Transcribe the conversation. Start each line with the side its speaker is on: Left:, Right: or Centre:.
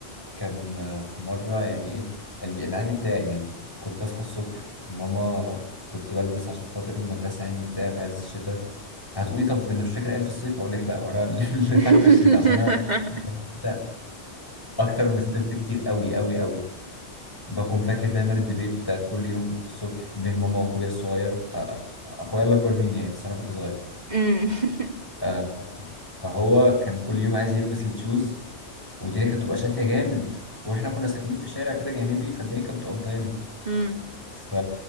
Left: كان آه، في مرة يعني إيه ال- العادي بتاعي يعني كنت أصحى الصبح ماما كنت بلبس عشان خاطر المدرسة يعني وبتاع في عز الشتاء هتقولي طب أنت مش فاكر أيام في الصيف؟ أقول لك لا وأنا <laughs> اللي
Right: <laughs>
Left: فاكر الشتاء عشان أنا بحب
Right: <laughs>
Left: الشتاء أكتر من الصيف بكتير أوي أوي أوي بكون فاكر دايما الديبيت بتاعت كل يوم الصبح بين ماما وأخويا الصغير أ- أ- أخويا اللي أكبر مني يعني بس أنا كنت صغير
Right: أمم. <laughs>
Left: أ- فهو كان كل يوم عايز يلبس التشوز والدنيا كانت بتبقى شاتية جامد واحنا كنا ساكنين في شارع كده جانبي فالدنيا كانت بتبقى مطينة
Right: امم
Left: ف...